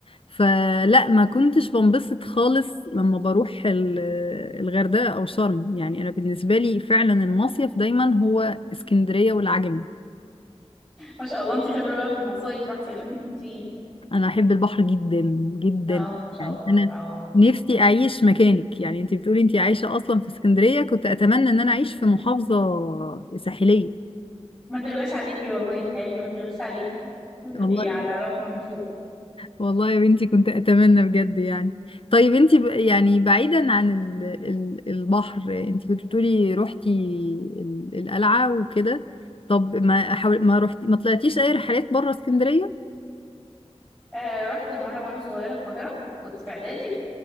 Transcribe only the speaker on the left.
فلا ما كنتش بنبسط خالص لما بروح ال- الغردقة أو شرم يعني أنا بالنسبة لي فعلا المصيف دايما هو اسكندرية والعجمي
انا احب البحر جدا جدا
يعني
انا
نفسي اعيش مكانك يعني انت بتقولي انت عايشة اصلا في اسكندرية كنت اتمنى ان انا اعيش في محافظة ساحلية
والله
والله يا بنتي كنت اتمنى بجد يعني طيب انت ب... يعني بعيدا عن ال... ال... البحر انت كنت بتقولي روحتي ال- القلعة وكده طب ما حاول... ما روحتي ما طلعتيش اي رحلات بره اسكندرية